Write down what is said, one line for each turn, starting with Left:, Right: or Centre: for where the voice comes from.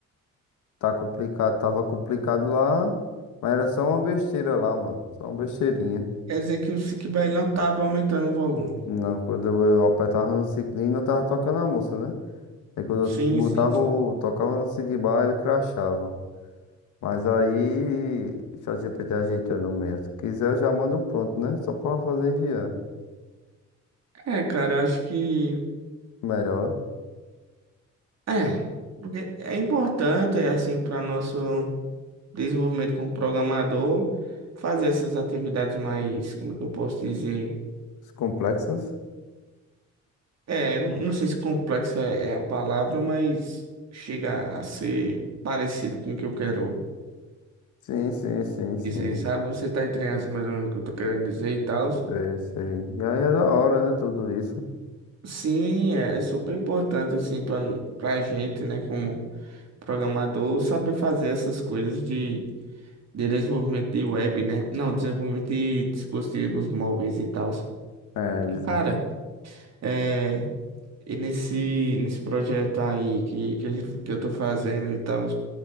Left: Tá complicado. Tava complicado lá. Mas era só uma besteira lá, mano. Só uma besteirinha.
Right: Quer dizer que o Sickbay não estava aumentando o volume.
Left: Não, quando eu eu apertava no sick. E não tava tocando a música, né? Aí quando
Right: Sim,
Left: eu botava
Right: sim, sim.
Left: o. Tocava no sick bar, ele crashava. Mas aí, o ChatGPT ajeitou no meu. Se quiser, eu já mando pronto, né? Só pra fazer enviar.
Right: É, cara, acho que
Left: Melhor.
Right: é, porque é importante, é assim, para nosso desenvolvimento como programador, fazer essas atividades mais, como é que eu posso dizer?
Left: Os complexos?
Right: É, não, não sei se complexa é, é a palavra, mas chega a ser parecido com o que eu quero
Left: Sim, sim, sim, sim.
Right: dizer, sabe? Você tá entendendo assim mais ou menos o que eu tô querendo dizer e tal.
Left: Sei, sei. E aí é da hora, né? Tudo isso.
Right: Sim, é super importante assim para para gente, né, como programador, saber fazer essas coisas de, de desenvolvimento de web, né? Não, desenvolvimento de dispositivos móveis e tal.
Left: É, diz-
Right: Cara, é, e nesse nesse projeto aí que que, a gente- que eu tô fazendo e tal,